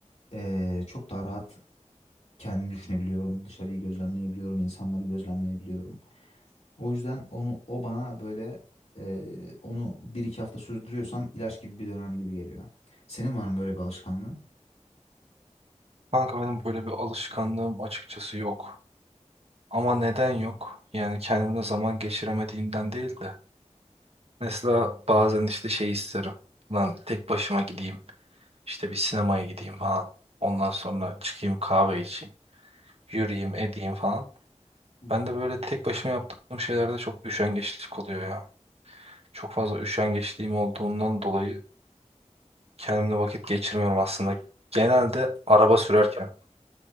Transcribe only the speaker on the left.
e, çok daha rahat kendimi düşünebiliyorum. Dışarıyı gözlemleyebiliyorum, insanları gözlemleyebiliyorum. O yüzden onu o bana böyle e, onu bir iki hafta sürdürüyorsam ilaç gibi bir dönem gibi geliyor. Senin var mı böyle bir alışkanlığın?
Hı.